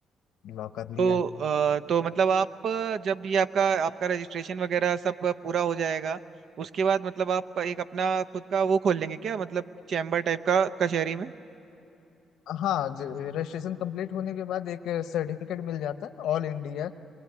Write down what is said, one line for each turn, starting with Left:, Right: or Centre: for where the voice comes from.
Left: लॉक कर
Right: तो
Left: लिया है
Right: अ, तो मतलब आप अ, जब ये आपका आपका रजिस्ट्रेशन वगैरह सब अ, पूरा हो जाएगा उसके बाद मतलब आप एक अपना खुद का वो खोल लेंगे क्या मतलब चैम्बर टाइप का कचहरी में
Left: हाँ रजिस्ट्रेशन कंप्लीट होने के बाद एक सर्टिफिकेट मिल जाता है ऑल इंडिया